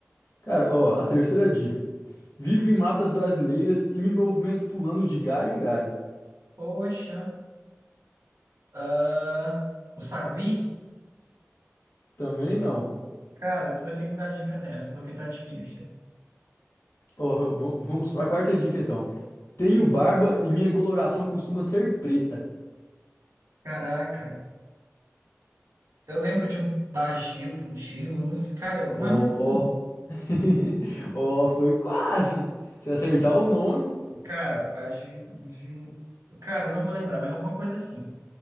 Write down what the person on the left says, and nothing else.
Cara, ó, a terceira dica. Vivo em matas brasileiras e me movimento pulando de galho em galho.
Também não.
Ó, va- vamos para a quarta dica então. Tenho barba e minha coloração costuma ser preta.
Ó,
<laughs> ó, foi quase. Se acertar o nome.